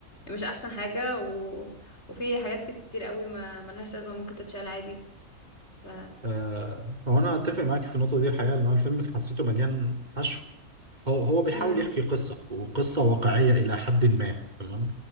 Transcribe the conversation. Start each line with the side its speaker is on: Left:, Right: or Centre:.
Left: مش احسن حاجه و... وفي حاجات كتير قوي ما ملهاش لازمه ممكن تتشال عادي ف
Right: آه، هو انا اتفق معاك في النقطه دي الحقيقه ان هو الفيلم حسيته مليان حشو هو هو بيحاول
Left: امم
Right: يحكي قصة وقصة واقعية إلى حد ما تمام